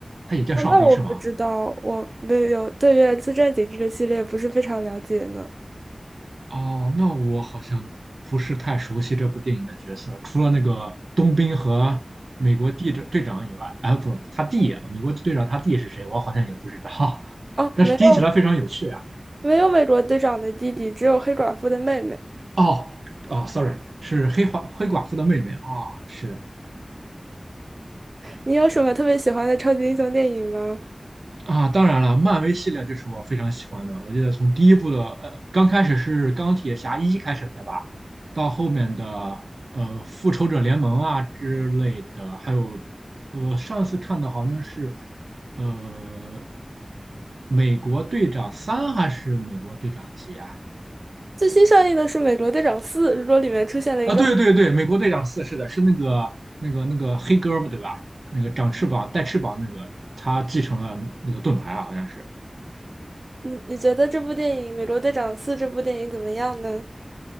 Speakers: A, on the right (about 85°); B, on the right (about 55°).
A: 他也叫哨兵是吗？
B: 那那我不知道，我没有对《原子战警》这个系列不是非常了解呢。
A: 哦，那我好像不是太熟悉这部电影的角色，除了那个冬兵和美国地队长以外，啊，不，他弟，美国队长他弟是谁？我好像也不知道，<laughs>
B: 哦，
A: 但是听起来非常有趣啊。
B: 没有没有美国队长的弟弟，只有黑寡妇的妹妹。
A: 哦，哦，sorry，是黑寡黑寡妇的妹妹啊，哦，是。
B: 你有什么特别喜欢的超级英雄电影吗？
A: 啊，当然了，漫威系列就是我非常喜欢的。我记得从第一部的，呃，刚开始是钢铁侠一开始的吧，到后面的呃复仇者联盟啊之类的，还有呃上次看的好像是呃美国队长三还是美国队长几啊？
B: 最新上映的是《美国队长四》，如果里面出现了一个，
A: 啊，对对对，美国队长四是的，是那个那个那个黑哥们对吧？那个长翅膀带翅膀那个，他继承了那个盾牌啊，好像是，
B: 你你觉得这部电影《美国队长四》这部电影怎么样呢？